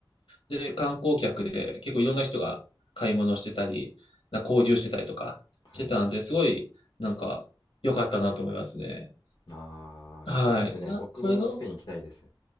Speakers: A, on the left (about 90°); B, on the left (about 60°).
A: で、観光客で結構いろんな人が買い物してたり、な交流してたりとかしてたんで、
B: はい。
A: すごいなんか良かったなと思いますね。
B: ああ、
A: はい。
B: いいですね。
A: あそれが、
B: 僕もスペイン行きたいです。